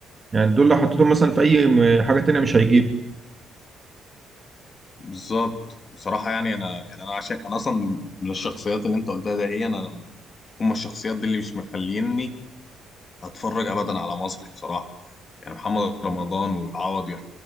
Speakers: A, on the right; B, on the left.
A: يعني دول لو حطيتهم مثلا في اي م- حاجه تانيه مش هيجيب
B: بالظبط بصراحه يعني انا يعني انا عشان انا اصلا من الشخصيات اللي انت قلتها ده هي انا هم الشخصيات دي اللي مش مخليني اتفرج ابدا على مصري بصراحه يعني محمد رمضان والعوضي